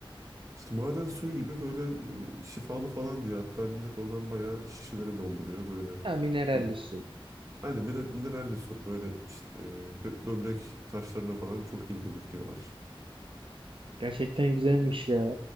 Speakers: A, on the right (about 35°); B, on the right (about 65°).
A: işte maden suyu gibi böyle e, şifalı falan diye hatta millet oradan bayağı şişelere dolduruyor. Böyle
B: Ha, mineralli
A: bö-
B: su.
A: aynen miner- mineralli su böyle işte e, bö- böbrek taşlarına falan çok iyi gelir diyorlar.
B: Gerçekten güzelmiş ya.